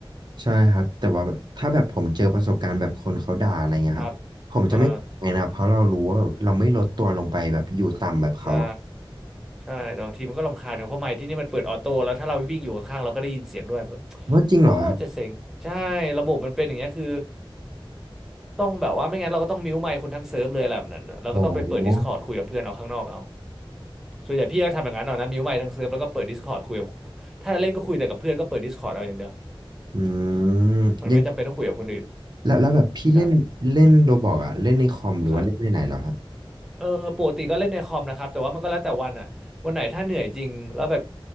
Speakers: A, on the right; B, in the centre.
A: ใช่ครับแต่ว่าแบบถ้าแบบผมเจอประสบการณ์แบบคนเขาด่าอะไรเงี้ยครับผมจะไม่ไงนะครับเพราะเรารู้ว่าแบบเราไม่ลดตัวลงไปแบบอยู่ต่ำแบบเขาอะ
B: ครับมาใช่ใช่แต่บางทีมันก็รำคาญกันเพราะไมค์ที่นี่มันเปิดออโต้แล้วถ้าเราวิ่งอยู่ข้างๆเราก็ได้ยินเสียงด้วยมันก็
A: ว่าจริงเหรอครับ
B: โคตรจะเซ็งใช่ระบบมันเป็นอย่างเงี้ยคือต้องแบบว่าไม่งั้นเราก็ต้องมิวไมค์คนทั้งเซิร์ฟเลยแหละแบบนั้นน่ะเราก็ต้องไปเปิด
A: โอ้โห
B: Discord คุยกับเพื่อนเอาข้างนอกเอา ส่วนใหญ่พี่ก็ทำอย่างนั้นเอานะมิวใหม่ทั้งเซิร์ฟแล้วก็เปิด Discord คุยกับถ้าเล่นก็คุยแต่กับเพื่อนก็เปิด Discord เอาอย่างเดียว
A: อืมยัง
B: มันไม่จำเป็นต้องคุยกับคนอื่น
A: แล้วแล้วแบบพี่เล่นเล่นโรบอกอะเล่นในคอมหรือว่าเล่นในไหนเหรอครับ
B: ครับครับเออปกติก็เล่นในคอมนะครับแต่ว่ามันก็แล้วแต่วันอะวันไหนถ้าเหนื่อยจริงแล้วแบบ